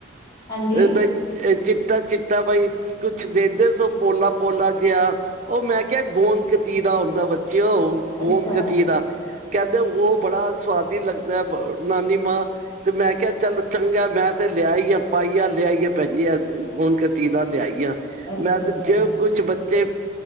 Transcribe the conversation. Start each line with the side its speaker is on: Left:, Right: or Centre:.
Left: ਹਾਂਜੀ
Right: ਅ ਬਈ ਚਿੱਟਾ-ਚਿੱਟਾ ਬਾਈ ਕੁੱਛ ਦੇਂਦੇ ਸੋ ਪੋਲਾਂ-ਪੋਲਾਂ ਜਿਆ। ੳ ਮੈਂ ਕਿਆ ਗੋਂਦ ਕਤੀਰਾ ਹੁੰਦਾਂ ਬੱਚਿਓ, ਗੋਂਦ
Left: ਅੱਛਾ
Right: ਕਤੀਰਾ। ਕੈਂਦੇ ੳ ਬੜਾਂ ਸੁਵਾਦੀ ਲੱਗਦਾ ਬ ਨਾਨੀ ਮਾਂ। ਤੇ ਮੈਂ ਕਿਆ ਚੱਲ ਚੰਗ਼ਾ ਮੈਂ ਤੇ ਲਿਆਈਂ ਆ ਪਾਇਆਂ ਲਿਆਈ ਆਂ ਭੈਣਜੀ ਗੂੰਦ ਕਤੀਰਾ ਲਿਆਈਂ ਆਂ।
Left: ਅੱਛਾ
Right: ਮੈਂ ਤੇ
Left: ਅੱਛਾ
Right: ਜੇ ਕੁੱਛ ਬੱਚੇ